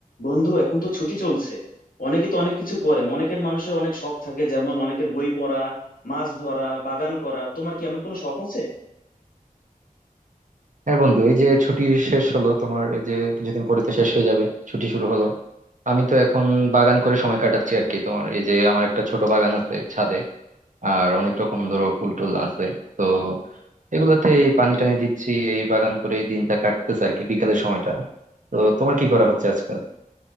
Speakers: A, on the left; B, on the right.
A: বন্ধু এখন তো ছুটি চলছে অনেকে তো অনেক কিছু করে অনেকের মানুষের অনেক শখ থাকে যেমন অনেকের বই পড়া মাছ ধরা বাগান করা তোমার কি এমন কোনো শখ আছে
B: হ্যাঁ বন্ধু এই যে ছুটি শেষ হলো তোমার এই যে কিছুদিন পরে তো শেষ হয়ে যাবে ছুটি শুরু হলো আমি তো এখন বাগান করে সময় কাটাচ্ছি আর কি তোমার এই যে আমার একটা ছোট বাগান আছে ছাদে আর অনেক রকম ধরো ফুল টুল আছে তো এগুলোতে এই পানি টানি দিচ্ছি এই বাগান করে এই দিনটা কাটতেছে আর কি বিকালের সময়টা তো তোমার কি করা হচ্ছে আজকাল